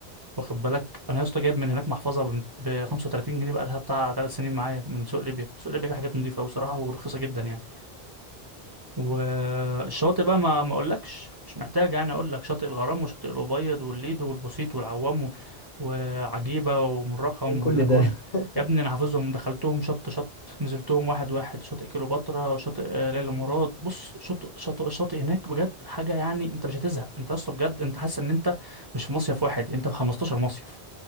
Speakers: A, on the right (about 25°); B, on the left (about 60°).
A: واخد بالك انا يا اسطى جايب من هناك محفظه ب 35 جنيه بقى لها بتاع ثلاث سنين معايا من سوق ليبيا سوق ليبيا فيه حاجات نظيفه قوي صراحه ورخيصه جدا يعني والشاطئ بقى ما ما اقولكش مش محتاج يعني اقول لك شاطئ الغرام وشاطئ الأبيض والليدو والبوسيت والعوام و- وعجيبة ومرخم
B: ايه كل
A: واللاجون
B: ده <laughs>
A: يا ابني انا حافظهم دخلتهم شط شط نزلتهم واحد واحد شاطئ كليوباترا وشاطئ آه، ليلى مراد بص شاطئ شاطئ الشاطئ هناك بجد حاجة يعني انت مش هتزهق انت اصلا بجد انت حاسس ان انت مش في مصيف واحد انت في 15 مصيف